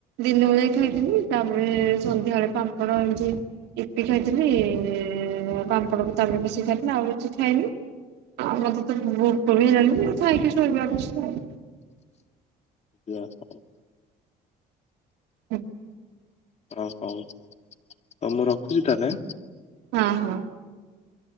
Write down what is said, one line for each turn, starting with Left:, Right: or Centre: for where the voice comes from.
Right: ଦିନ ବେଳେ ଖାଇଥିଲି ତାପରେ ସନ୍ଧ୍ୟା ବେଳେ ପାମ୍ପଡ଼ ଏମିତି ଇପି ଖାଇଥିଲି ଆଉ ପାମ୍ପଡ ତ ତାପରେ ବସି ଖାଇଥିଲି ଆଉ କିଛି ଖାଇନି। ଆଉ ମତେ ତ ଭୋକ ବି ହେଲାଣି ଆଉ ଖାଇକି ଶୋଇବା ଏକାଥରେ ଆଉ।
Left: ଆଜ୍ଞା ହଁ।
Right: ହୁଁ।
Left: ଆଉ ହଉ ହଉ ମୁଁ ରଖୁଛି ତାହେଲେ?
Right: ହଁ ହଁ।